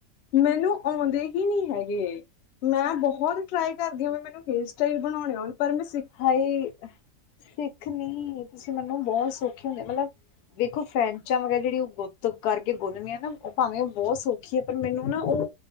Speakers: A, on the left (about 65°); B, on the left (about 80°).
A: ਮੈਨੂੰ ਆਉਂਦੇ ਹੀ ਨਹੀਂ ਹੈਗੇ। ਨਾ ਬਹੋਤ ਟਰਾਈ ਕਰਦੀ ਹ ਵੀ ਮੈਨੂੰ ਹੇਅਰ ਸਟਾਈਲ ਬਨੋਨੇ ਔਨ ਪਰ ਮੈਂ ਸਿਂ
B: ਹਾਏ ਸਿੱਖ ਨੀ, ਤੁਸੀਂ ਮੈਨੂੰ ਬੋਤ ਸੌਖੇ ਹੁੰਦੇ ਮਤਲਬ ਵੇਖੋ ਫਰੇਂਚਾ ਵਗੈ ਜੇੜੀ ਔ ਗੁੱਤ ਕਰਕੇ ਗੁੰਨਨੀਆਂ ਨਾ ਔ ਭਾਵੇਂ ਔ ਬੋਤ ਸੌਖੀ ਹੈ ਪਰ ਮੈਨੂੰ ਨਾ ਔ